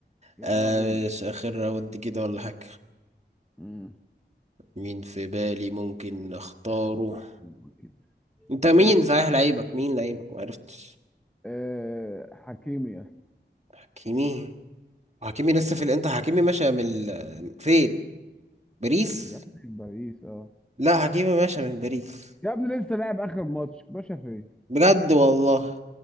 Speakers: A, in the centre; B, on the right.
A: يلا
B: آه،
A: بينا
B: مش اخر راوند كده ولا حاجة
A: امم
B: مين في بالي ممكن اختاره
A: حد حلو كده
B: انت مين
A: انا اختار
B: صحيح لعيبك مين لعيبك ما عرفتش
A: أه حكيمي يا اسطى.
B: حكيمي حكيمي لسه في الانتر حكيمي ماشي من ال... فين باريس
A: يا ابني في باريس اه
B: لا حكيمي ماشي من باريس
A: يا ابني لسه لاعب اخر ماتش باشا فين
B: بجد والله